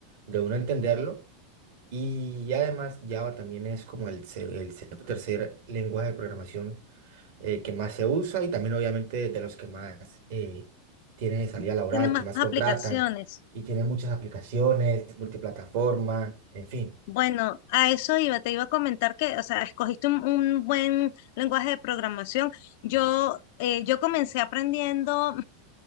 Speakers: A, on the right; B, on the left.
A: de uno entenderlo Y además Java también es como el, se- el se- tercer lenguaje de programación eh, que más se usa y también obviamente de los que más eh, tiene salida laboral,
B: Tiene más
A: que más
B: aplicaciones.
A: contratan y tiene muchas aplicaciones, multiplataforma, en fin.
B: Bueno, a eso iba, te iba a comentar que, o sea, escogiste un, un buen lenguaje de programación. Yo, eh, yo comencé aprendiendo,